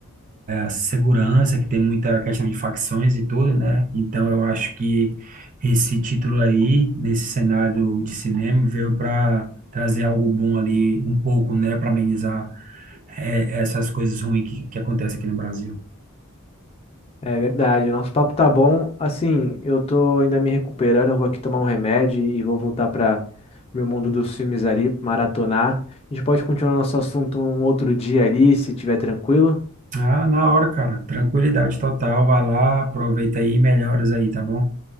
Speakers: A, on the right; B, on the left.
A: segurança, que tem muita questão de facções e tudo, né? Então eu acho que esse título aí, nesse cenário de cinema, veio para trazer algo bom ali, um pouco, né, para amenizar é, essas coisas ruins que, que acontecem aqui no Brasil.
B: É verdade. O nosso papo tá bom. Assim, eu tô ainda me recuperando. Eu vou aqui tomar um remédio e vou voltar para meu mundo dos filmes ali, maratonar. A gente pode continuar nosso assunto um outro dia ali, se tiver tranquilo.
A: Ah, na hora, cara. Tranquilidade total. Vai lá, aproveita aí e melhoras aí, tá bom?